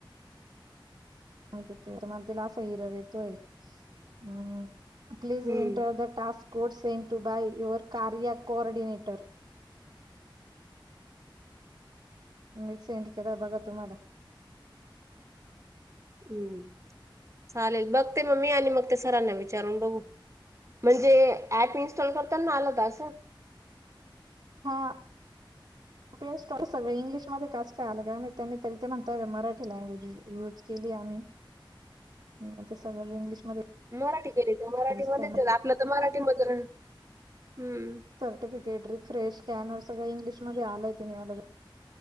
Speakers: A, on the right (about 65°); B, on the right (about 35°).
A: मा ते तुम्हाला तिला असा हिरर येतोय अ प्लीज
B: हम्म
A: enter the task force sent to by your कार्य कोऑर्डनेटर मीस इंट के बघत मडला
B: हम्म चालेल बघ ते मग मी आणि मग ते सरांना विचारून बघू म्हणजे ऍप इनस्टॉल करतात ना आला द अस
A: हा
B: <unintelligible>
A: प्ले स्टोअर सगळ इंग्िशमध्ये कास काय आलं त्यांनी तरी ते म्हणता मराठी लँग्वेज युज केली आम्ही
B: <unintelligible>
A: ग ते सगळं इंग्लिशमध्ये
B: मराठी केली ते मराठीमध्येच
A: दिसतय
B: आपलं तर मराठीमध्ये हम्
A: सफिकेट र फेश स्कॅनर सग इंगलिश मध्ये आलाये मला